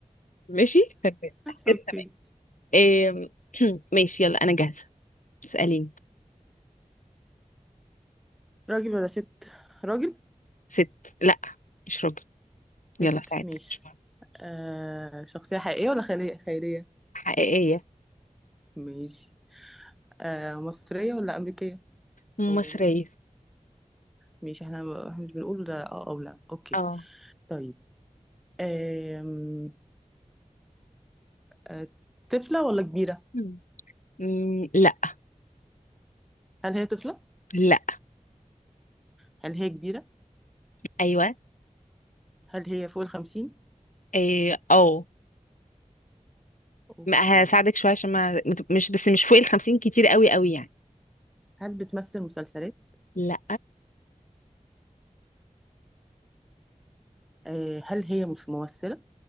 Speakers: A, on the left; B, in the centre.
A: ماشي تمام تمام
B: أوكي
A: إيه... <clears throat> ماشي يلا انا جاهزه اساليني
B: راجل ولا ست؟ راجل؟
A: ست لا مش راجل يلا
B: ست
A: ساعتك
B: ماشي
A: مش مهم.
B: آه شخصية حقيقية ولا خيالية؟ خيالية
A: حقيقيه
B: ماشي آه مصرية ولا أمريكية؟
A: مصريه
B: أو ماشي احنا ب- احنا مش بنقول ده اه او لا اوكي
A: اه
B: طيب آم... آه، طفلة ولا كبيرة؟
A: مم، مم، لا
B: هل هي طفلة؟
A: لا
B: هل هي كبيرة؟
A: ايوه
B: هل هي فوق الخمسين؟
A: إيه... اه
B: اوكي
A: ما هساعدك شويه عشان ما مش بس مش فوق الخمسين كتير قوي قوي يعني
B: هل بتمثل مسلسلات؟
A: لا
B: آه، هل هي مس- ممثلة؟